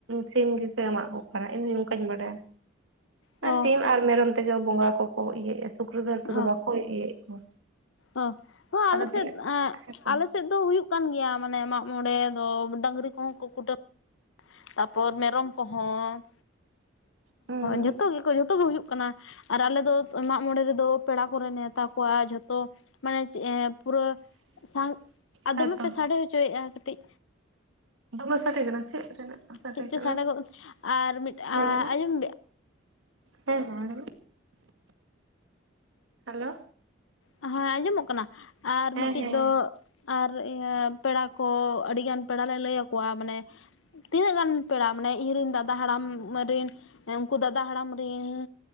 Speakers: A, on the right; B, on the left.
A: ᱥᱤᱢ ᱜᱮᱠᱚ ᱮᱢᱚᱜ ᱠᱚ ᱠᱟᱱᱟ ᱤᱧ ᱦᱚᱸ ᱚᱱᱠᱟᱧ ᱵᱟᱰᱟᱭᱟ᱾
B: ᱚ
A: ᱥᱤᱢ ᱟᱨ ᱢᱮᱨᱚᱢ ᱛᱮᱜᱮ ᱵᱚᱸᱜᱟ ᱠᱚ ᱠᱚ ᱤᱭᱟᱹᱭᱮᱫ ᱥᱩᱠᱨᱤ ᱫᱚ ᱱᱮᱛᱟᱨ
B: ᱚ
A: ᱫᱚ ᱵᱟᱠᱚ ᱤᱭᱟᱹᱭᱮᱫ ᱠᱚᱣᱟ
B: ᱚ ᱦᱚᱸ
A: ᱟᱫᱚ
B: ᱟᱞᱮ
A: ᱛᱤᱱᱟᱹᱜ
B: ᱥᱮᱫ
A: ᱦᱮᱸᱛᱚ
B: ᱟᱞᱮ ᱥᱮᱫ ᱛᱚ ᱦᱩᱭᱩᱜ ᱠᱟᱱ ᱜᱮᱭᱟ ᱢᱟᱱᱮ ᱢᱟᱜ ᱢᱚᱬᱮ ᱫᱚ ᱰᱟᱸᱝᱨᱤ ᱠᱚᱦᱚᱸ ᱠᱚ ᱠᱩᱴᱟᱹᱢ ᱛᱟᱯᱚᱨ ᱢᱮᱨᱚᱢ ᱠᱚᱦᱚᱸ
A: ᱦᱩᱸ
B: ᱡᱷᱚᱛᱚ ᱜᱮᱠᱚ ᱡᱷᱚᱛᱚ ᱜᱮ ᱦᱩᱭᱩᱜ ᱠᱟᱱᱟ᱾ ᱟᱨ ᱟᱞᱮ ᱫᱚ ᱢᱟᱜ ᱢᱚᱬᱮ ᱨᱮᱫᱚ ᱯᱮᱲᱟ ᱠᱚᱨᱮ ᱱᱮᱶᱛᱟ ᱠᱚᱣᱟ ᱡᱷᱚᱛᱚ᱾ ᱢᱟᱱᱮᱫ ᱯᱩᱨᱟᱹ ᱥᱟᱝ
A: ᱦᱮᱸᱛᱚ
B: ᱫᱚᱢᱮ ᱯᱮ ᱥᱟᱰᱮ ᱦᱚᱪᱚᱭᱮᱫᱼᱟ ᱠᱟᱹᱴᱤᱡ
A: ᱫᱚᱢᱮ ᱥᱟᱰᱮ ᱠᱟᱱᱟ ᱪᱮᱫ ᱨᱮᱱᱟᱜ? ᱥᱟᱰᱮ
B: ᱪᱮᱫ ᱪᱚ
A: ᱠᱟᱱᱟ
B: ᱥᱟᱰᱮᱜᱚᱜ ᱟᱨ ᱢᱤᱫ
A: ᱦᱮᱸ
B: ᱟᱨ
A: ᱞᱟᱹᱭ ᱢᱮ
B: ᱟᱸᱡᱚᱢ
A: ᱦᱮᱸ ᱦᱮᱸ ᱦᱮᱞᱳ᱾
B: ᱦᱮᱸ ᱟᱸᱡᱚᱢᱚᱜ ᱠᱟᱱᱟ ᱟᱨ
A: ᱦᱮᱸ
B: ᱢᱤᱫᱴᱤᱡ
A: ᱦᱮᱸ
B: ᱫᱚ ᱟᱨ ᱤᱭᱟᱹ ᱯᱮᱲᱟ ᱠᱚ ᱟᱹᱰᱤ ᱜᱟᱱ ᱯᱮᱲᱟ ᱞᱮ ᱞᱟᱹᱭ ᱟᱠᱚᱣᱟ ᱢᱟᱱᱮ ᱛᱤᱱᱟᱹᱜ ᱜᱟᱱ ᱯᱮᱲᱟ ᱢᱟᱱᱮ ᱤᱧ ᱨᱮᱱ ᱫᱟᱫᱟ ᱦᱟᱲᱟᱢ ᱨᱮᱱ ᱩᱱᱠᱩ ᱫᱟᱫᱟ ᱦᱟᱲᱟᱢ ᱨᱮᱱᱻ